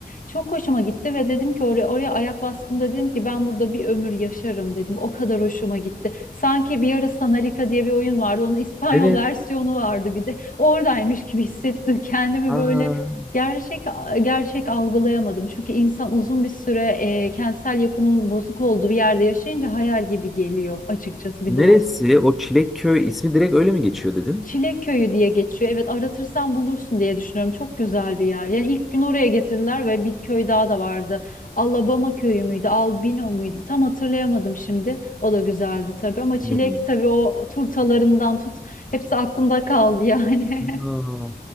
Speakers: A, on the left; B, in the centre.
A: çok hoşuma gitti ve dedim ki oraya oraya ayak bastığımda dedim ki ben burada bir ömür yaşarım dedim. O kadar hoşuma gitti. Sanki bir ara Sanalika diye bir oyun vardı. Onun İspanyol
B: evet.
A: versiyonu vardı bir de. Oradaymış gibi hissettim kendimi
B: Aa.
A: böyle gerçek gerçek algılayamadım. Çünkü insan uzun bir süre e, kentsel yapının bozuk olduğu bir yerde yaşayınca hayal gibi geliyor açıkçası bir
B: Neresi?
A: de o
B: O Çilekköy ismi direkt öyle mi geçiyor dedin?
A: Çilek Köyü diye geçiyor. Evet aratırsan bulursun diye düşünüyorum. Çok güzel bir yer. Yani ilk gün oraya getirdiler ve bir köy daha da vardı. Alabama köyü müydü? Albino muydu? Tam hatırlayamadım şimdi. O da güzeldi tabii ama çilek
B: Hmm.
A: tabii o turtalarından tut. Hepsi aklımda kaldı yani.
B: Aa,